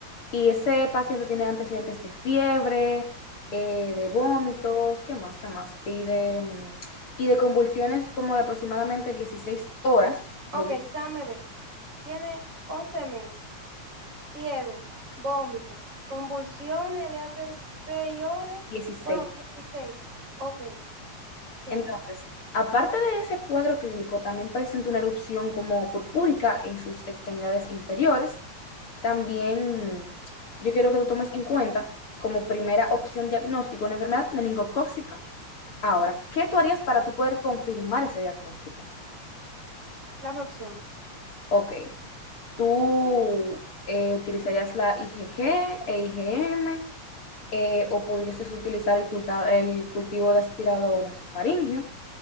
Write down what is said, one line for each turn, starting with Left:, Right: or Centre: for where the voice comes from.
Left: Y ese paciente tiene antecedentes de fiebre, eh, de vómitos, ¿qué más, qué más? Y de, mm, y de convulsiones como de aproximadamente 16 horas,
Right: Ok,
Left: de
Right: entonces déjame ver. Tiene 11 meses, fiebre, vómito, convulsiones de hace 6 horas,
Left: 16.
Right: bueno, dieciséis, Ok, sí,
Left: Entonces, aparte de ese cuadro clínico, también presenta una erupción como purpúrica en sus extremidades inferiores. También yo quiero que tú tomes en cuenta como primera opción diagnóstico una enfermedad meningocócica. Ahora, ¿qué tú harías para tú poder confirmar ese diagnóstico?
Right: dame opciones.
Left: Ok, tú eh, utilizarías la IgG e IgM eh, o pudieses utilizar el, culta- el cultivo de aspirado nasofaríngeo